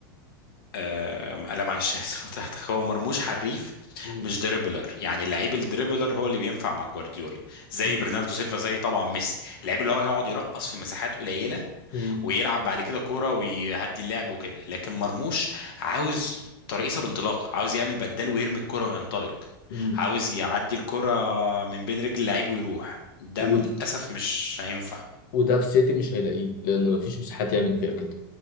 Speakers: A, on the left (about 75°); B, on the left (about 60°).
A: آه لا معلش <laughs> اسف قطعتك هو مرموش حريف
B: مم.
A: مش دريبلر يعني اللعيب الدريبلر هو اللي بينفع مع جوارديولا زي
B: مم.
A: برناردو سيلفا زي طبعا ميسي اللعيب اللي هو يقعد يرقص في مساحات قليله
B: مم.
A: ويلعب بعد كده كوره ويهدي اللعب وكده لكن مرموش عاوز ترقيصه بانطلاق عاوز يعمل بدال ويرمي الكوره وينطلق
B: مم.
A: عاوز يعدي الكوره من بين رجل اللعيب ويروح ده
B: و-
A: للاسف مش هينفع
B: وده في سيتي مش هيلاقيه لان مفيش مساحات يعمل فيها كده